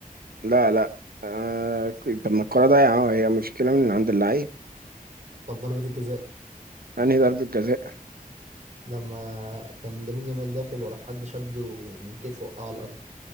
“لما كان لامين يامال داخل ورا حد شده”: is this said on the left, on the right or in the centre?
Right